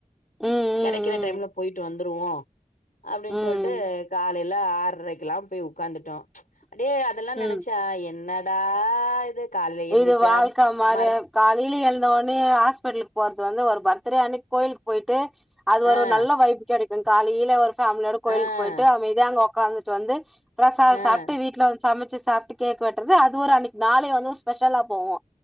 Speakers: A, in the centre; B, on the left.
A: ம் ம்
B: கெடைக்கிற டைம்ல போயிட்டு வந் துருவோம் அப்படின்னு
A: ம்
B: சொல்ட்டு
A: ம்
B: காலையில ஆரைக்கெல்லா போய் உக் காந்துட்டோ அப்டியே அதெல்லா
A: ம்
B: நெனச்சா என்னடா இது காலைல எந்திரிச்சா
A: இது வாழ்க்க மாரியா
B: மர
A: காலைல எழுந்தோனே ஹாஸ்பிட்டலுக்கு போறது வந்து ஒரு பர்த்டே அன்னைக்கு கோயிலுக்கு போய்ட்டு அது ஒரு
B: ஆஹ்
A: நல்ல வைப்பு கெடைக்கு காலையில ஒரு ஃபேமிலியோட கோயிலுக்கு
B: ஆஹ்
A: போய்ட்டு அமைதியா அங்க உக்காந்துட்டு வந்து பிரசாதோ
B: ஆஹ்
A: சாப்ட்டு வீட்ல வந்து சமைச்சு சாப்பிட்டு கேக்கு வெட்றது அது ஒரு அன்னைக்கி நாளே வந்து ஸ்பெஷலா போவு